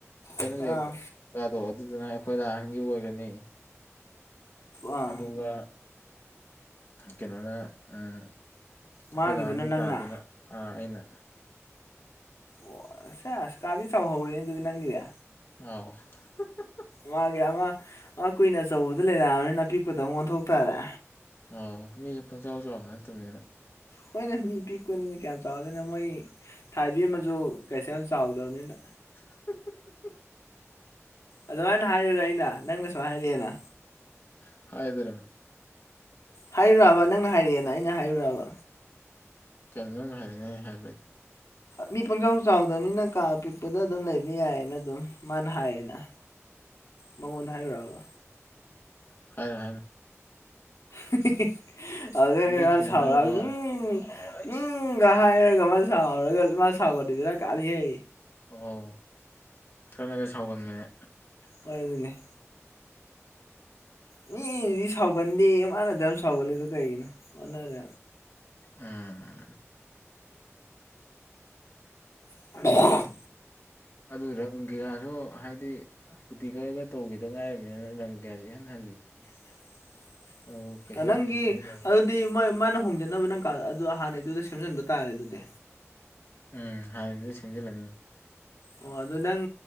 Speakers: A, on the left; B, on the left.
A: ꯑꯩꯅ
B: ꯑꯥ
A: ꯂꯩ ꯀꯥꯗꯣ ꯑꯗꯨꯗꯨꯅ ꯑꯩꯈꯣꯏ ꯗꯥꯍꯟꯒꯤ ꯑꯣꯏꯒ꯭ꯔꯅꯤ
B: ꯑꯥ
A: ꯑꯗꯨꯒ ꯀꯩꯅꯣꯅ ꯑꯝ
B: ꯃꯥꯒꯤꯗꯨꯅ
A: ꯑꯈꯣꯏ ꯗꯥꯍꯟꯒꯤ
B: ꯅꯪꯅ
A: ꯀꯥꯗꯨꯅ ꯑꯥ ꯑꯩꯅ
B: ꯑꯣ ꯁꯦꯁ ꯀꯥꯗꯤ ꯆꯥꯎꯍꯧꯔꯦꯅꯦ ꯗꯨꯗꯤ ꯅꯪꯒꯤꯖꯦ
A: ꯑꯥꯎ <unintelligible>
B: ꯃꯥꯒꯤ ꯑꯃ ꯃꯥ ꯀꯨꯏꯟ ꯑꯆꯧꯕꯗ ꯂꯩꯔꯛꯑꯝꯅꯤꯅ ꯑꯄꯤꯛꯄꯗ ꯑꯃꯨꯛ ꯑꯣꯟꯊꯣꯛ ꯇꯥꯔꯦ
A: ꯑ ꯃꯤꯖꯨ ꯄꯪꯆꯥꯎ ꯆꯥꯎꯕ ꯅꯠꯇꯝꯅꯤꯅ
B: ꯍꯣꯏꯒ ꯃꯤ ꯄꯤꯛꯄꯅꯤꯅ ꯀꯌꯥꯝ ꯆꯥꯎꯗꯣꯏꯅꯣ ꯃꯣꯏ ꯊꯥꯏꯕꯦꯝꯃꯁꯨ ꯀꯩꯁꯨ ꯌꯥꯝ ꯆꯥꯎꯗꯕꯅꯤꯅ
A: <unintelligible>
B: ꯑꯗꯨꯃꯥꯏꯅ ꯍꯥꯏꯌꯨꯔꯦ ꯑꯩꯅ ꯅꯪꯅ ꯁꯨꯃꯥꯏꯅ ꯍꯥꯏꯔꯛꯑꯦꯅ
A: <unintelligible>
B: ꯍꯥꯏꯔꯌꯨꯔꯕ ꯅꯪꯅ ꯍꯥꯏꯔꯛꯑꯦꯅ ꯑꯩꯅ ꯍꯥꯏꯌꯨꯔꯕ
A: ꯀꯩꯅꯣ ꯅꯪ ꯍꯥꯏꯔꯦꯛꯅ ꯅꯪ ꯍꯥꯏꯕꯗꯤ
B: ꯃꯤ ꯄꯪꯆꯥꯎ ꯆꯥꯎꯗꯕꯅꯤꯅ ꯀꯥ ꯑꯄꯤꯛꯄꯗ ꯑꯗꯨꯝ ꯂꯩꯕ ꯌꯥꯏꯌꯦꯅ ꯑꯗꯨꯝ ꯃꯥꯅ ꯍꯥꯏꯌꯦꯅ ꯃꯉꯣꯟꯗ ꯍꯥꯏꯌꯨꯔꯕ
A: ꯍꯥꯏꯅꯣ ꯍꯥꯏꯅꯣ
B: <unintelligible> ꯑꯗꯨꯗ
A: ꯃꯤ
B: ꯃꯥ
A: ꯁꯤꯅꯅꯕ
B: ꯁꯥꯎꯔꯛ ꯎꯝ
A: ꯑꯣ ꯑꯩꯁ
B: ꯎꯝ ꯎꯝꯒ ꯍꯥꯏꯔꯒ ꯃꯥ ꯁꯥꯎꯔꯒ ꯃꯥ ꯁꯥꯎꯒꯗꯤ ꯕꯦꯔꯥ ꯀꯥꯅꯤꯍꯦ
A: ꯑꯣ ꯈꯔꯒ ꯁꯥꯎꯒꯟꯕꯅꯦ
B: ꯍꯣꯏ ꯑꯗꯨꯅꯦ ꯃꯤꯒꯤꯗꯨꯗꯤ ꯁꯥꯎꯒꯟꯗꯦꯌꯦ ꯃꯥꯥꯅ ꯑꯗꯨꯛ ꯌꯥꯝ ꯁꯥꯎꯒꯜꯂꯤꯗꯣ ꯀꯩꯒꯤꯅꯣ ꯑꯣꯟꯅꯔꯦ
A: ꯎꯝ
B: <unintelligible>
A: ꯑꯗꯨꯒꯤ ꯔꯪꯒꯤꯔꯁꯨ ꯍꯥꯏꯗꯤ ꯄꯨꯇꯤ ꯀꯛꯑꯒ ꯇꯧꯒꯤꯗ ꯉꯥꯏꯔꯤꯕꯅꯤꯅ ꯔꯪ ꯀꯌꯥꯁꯨ ꯏꯍꯟ ꯍꯜꯂꯤ
B: <inaudible>
A: ꯑꯗꯨ ꯀꯩꯁꯨ
B: ꯅꯪꯒꯤ
A: ꯌꯥꯝ ꯁꯦꯝꯖꯤꯟꯅ
B: ꯑꯗꯨꯗꯤ ꯃꯣꯏ ꯃꯥꯅ ꯍꯣꯡꯖꯟꯅꯕ ꯅꯪ ꯀꯥ ꯑꯗꯨ ꯍꯥꯟꯅꯩꯗꯨꯗ ꯁꯦꯝꯖꯤꯟꯕ ꯇꯥꯔꯦ ꯑꯗꯨꯗꯤ
A: ꯎꯝ ꯍꯥꯟꯅꯩꯗꯨꯗ ꯁꯦꯝꯖꯤꯜꯂꯅꯤ
B: ꯑꯣ ꯑꯗꯣ ꯅꯪ